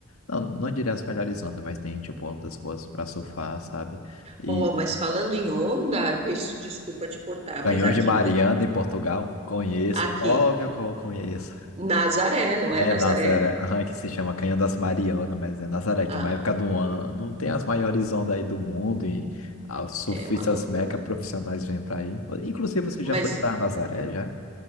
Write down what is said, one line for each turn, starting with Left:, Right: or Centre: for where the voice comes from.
Left: não, não diria as melhores ondas, mas tem tipo ondas boas para surfar, sabe? E
Right: Ó, mas falando em onda, des- desculpa te cortar,
Left: Canhões
Right: mas aqui
Left: de Mariana
Right: em Por-
Left: em Portugal, conheço,
Right: aqui
Left: óbvio que eu conheço.
Right: Nazaré, não é
Left: É
Right: Nazaré?
Left: Nazaré, aham, que se chama Canhão das Marianas, mas é Nazaré,
Right: Ah,
Left: que é uma época do ano, tem as maiores ondas aí do mundo e os surfistas
Right: é uma loucura.
Left: mega profissionais vêm pra aí. Inclusive, você
Right: Mas
Left: já foi pra Nazaré, já?